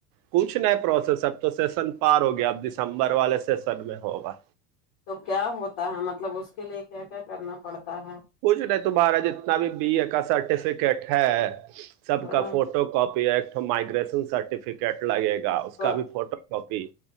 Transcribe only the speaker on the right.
کچھ نئے پروسیس اب تو سیشن پار ہو گیا اب دسمبر والے سیشن میں ہوگا
پوچھ نہیں تمہارا جتنا بھی بی اے کا سرٹیفکیٹ ہے سب
کا photo photo copy act migration certificate لگے گا اس
کا بھی فوٹو کاپی